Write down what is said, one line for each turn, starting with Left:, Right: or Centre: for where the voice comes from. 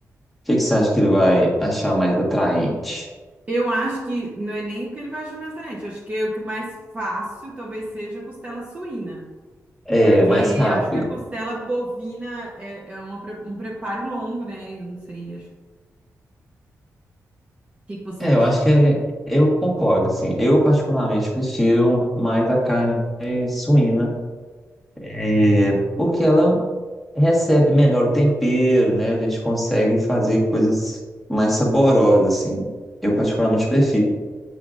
Centre: que que você acha que ele vai achar mais atraente?
Right: Eu acho que não é nem o que ele vai achar mais atraente, acho que é o que mais fácil talvez seja a costela suína.
Centre: É,
Right: Porque
Centre: mais rápido.
Right: acho que a costela bovina é, é uma pre- um preparo longo, né? Eu não sei, acho. O que que você
Centre: É,
Right: acha?
Centre: eu acho que é- eu concordo, assim. Eu particularmente prefiro mais a carne suína, é, porque ela recebe melhor o tempero, né? A gente consegue fazer coisas mais saborosas, assim. Eu particularmente prefiro.